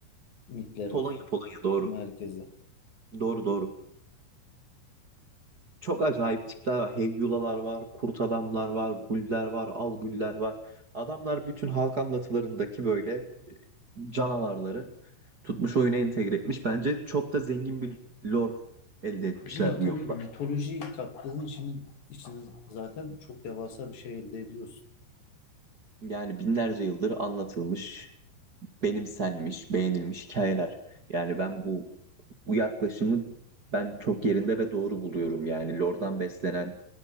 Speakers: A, on the left (about 55°); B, on the right (about 35°).
A: mitlerin
B: <laughs> Polonya, Polonya doğru.
A: merkezi.
B: Doğru doğru. Çok acayip tipler var. Heyyulalar var, kurt adamlar var, guller var, al güller var. Adamlar bütün halk anlatılarındaki böyle e, canavarları tutmuş oyuna entegre etmiş. Bence çok da zengin bir lore elde etmişler
A: Ya tabii
B: bu yolda.
A: mitoloji kattığın için için zaten çok devasa bir şey elde ediyorsun.
B: Yani binlerce yıldır anlatılmış benimsenmiş, beğenilmiş hikayeler. Yani ben bu bu yaklaşımı ben çok yerinde ve doğru buluyorum. Yani lore'dan beslenen